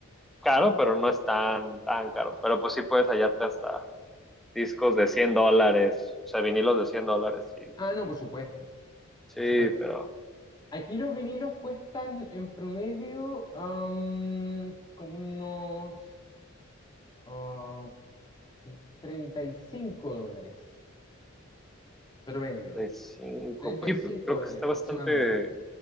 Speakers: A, in the centre; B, on the left.
A: caro, pero no es tan, tan caro. Pero pues sí puedes hallarte hasta discos de 100 dólares, o sea, vinilos de 100 dólares y
B: Ah, no, por supuesto.
A: Sí,
B: Por supuesto.
A: pero
B: Aquí los vinilos cuestan en promedio am, como unos ah, 35 dólares. Promedio.
A: 65,
B: treinta
A: pues,
B: y cinco
A: sí, creo
B: dólares
A: que está
B: aproximadamente.
A: bastante,